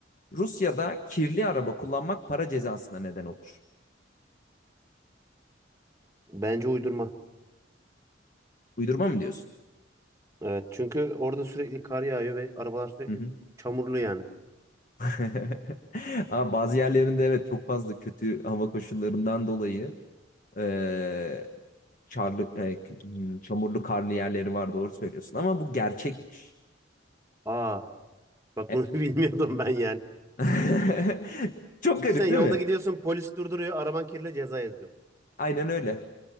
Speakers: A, on the left; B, on the right.
A: Rusya'da kirli araba kullanmak para cezasına neden olur.
B: Bence uydurma.
A: Uydurma mı diyorsun?
B: Evet çünkü orada sürekli kar yağıyor ve arabalar sürekli
A: Hı hı.
B: çamurlu yani.
A: <laughs> Ama bazı yerlerinde evet çok fazla kötü hava koşullarından dolayı e, çarlı, e, hmm, çamurlu karlı yerleri var doğru söylüyorsun. Ama bu gerçekmiş.
B: Aa bak
A: Evet.
B: bunu <laughs> bilmiyordum ben yani.
A: <laughs> Çok garip
B: Sen yolda
A: değil mi?
B: gidiyorsun polis durduruyor araban kirli ceza yazıyor.
A: Aynen öyle.